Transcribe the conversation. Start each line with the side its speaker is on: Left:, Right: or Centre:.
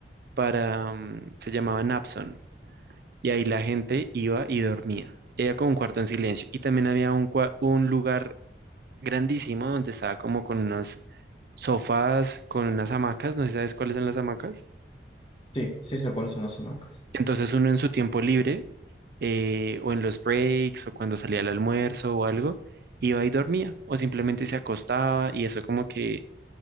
Right: para, mm, se llamaba Napson, y ahí la gente iba y dormía. Era como un cuarto en silencio. Y también había un, cua- un lugar grandísimo donde estaba como con unos sofás, con unas hamacas, no sé si sabes cuáles son las hamacas.
Left: Sí, sí sé cuáles son las hamacas.
Right: Entonces uno en su tiempo libre, eh, o en los breaks, o cuando salía al almuerzo o algo, iba y dormía, o simplemente se acostaba y eso como que